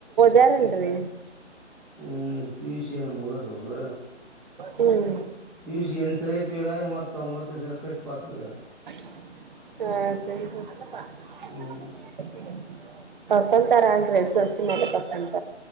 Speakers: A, on the right (about 40°); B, in the centre.
A: ಯಾರೆಲ್ರಿ
B: ಹ್ಮ್ ಪಿಸಿಯ ನಂಬದೇ ತರದ
A: ಹ್ಮ್
B: ಪಿಯೂಷ್ ಎಂಟು ಸರ ಪಿಯರ ಮ ಒಂಬತ್ತನೇ ಸರ್ ಕಟ್ ಪಾಸ್ ಆ್ಯರ
A: ಹಾ ಸ <unintelligible>
B: ಹ್ಮ್
A: ಕರ್ಕೊಂತಾರ ಅಡ್ರೆ ಸಸಿ ಮ ತರ್ಕೊ <unintelligible>